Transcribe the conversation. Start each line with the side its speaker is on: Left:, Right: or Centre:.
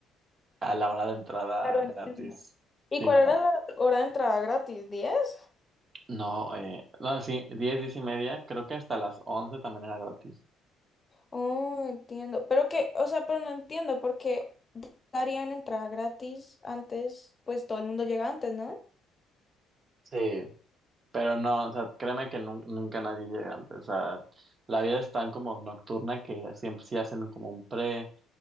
Right: a la hora de entrada
Left: Claro, entiendo.
Right: gratis.
Left: ¿Y
Right: Sí,
Left: cuál
Right: no,
Left: era la hora de entrada gratis? 10.
Right: no, eh, no, sí, 10 10 y media, creo que hasta las 11 también era gratis.
Left: Oh, entiendo. Pero que, o sea, pero no entiendo porque darían entrada gratis antes, pues todo el mundo llega antes, ¿no?
Right: Sí, pero no, o sea, créeme que nun- nunca nadie llega antes, o sea, la vida es tan como nocturna que siempre sí hacen como un pre.